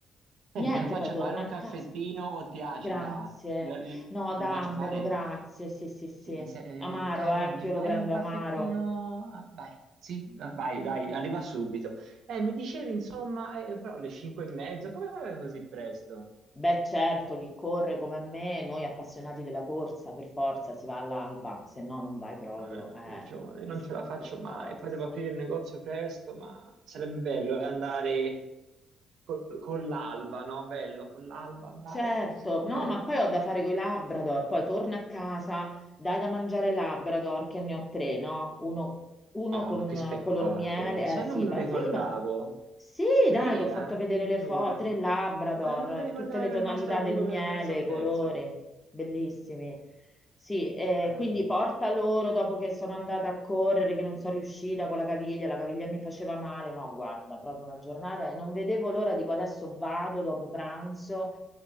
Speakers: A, on the left; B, on the right.
A: Niente,
B: Senti, te lo faccio
A: poi torna
B: fare un
A: a
B: caffettino
A: casa.
B: o ti agita?
A: Grazie.
B: Lo- li-
A: No,
B: te
A: dammelo,
B: lo faccio fare?
A: grazie. Sì, sì, sì.
B: Sì, eh, se- eh,
A: Amaro,
B: Carla,
A: eh,
B: gli
A: che
B: fai
A: io lo prendo
B: un caffettino?
A: amaro.
B: Ah, Vai, sì, ah, vai, dai, arriva subito. Eh, mi dicevi, insomma, eh, però le cinque e mezzo, come vai così presto?
A: Beh, certo, chi corre come me, noi appassionati della corsa, per forza si va all'alba, se no non vai proprio.
B: Eh,
A: Eh,
B: ragione, io non
A: sì,
B: ce la faccio
A: per
B: mai.
A: forza.
B: Poi devo aprire il negozio presto, ma sarebbe bello eh, andare co- con l'alba, no? Bello, con l'alba andare.
A: Certo,
B: Bel...
A: no, ma poi ho da fare coi Labrador, poi torno a casa, dai da mangiare ai Labrador, che ne ho tre, no? Uno, uno
B: Ah,
A: con
B: che
A: eh,
B: spettacolo!
A: color miele,
B: Lo sai,
A: eh sì,
B: non me lo
A: ma
B: ricordavo.
A: sai, ma sì,
B: Tre,
A: dai,
B: eh,
A: ti ho fatto
B: addirittura.
A: vedere le foto, tre Labrador,
B: Eh, non mi ricordavo,
A: tutte le
B: ero
A: tonalità
B: rimasto a due,
A: del
B: mi
A: miele,
B: ero perso il
A: i
B: terzo.
A: colori, bellissimi. Sì, eh,
B: Bello.
A: quindi porta loro dopo che sono andata a correre, che non sono riuscita con la caviglia, la caviglia mi faceva male, no, guarda, proprio una giornata e non vedevo l'ora, dico adesso vado dopo pranzo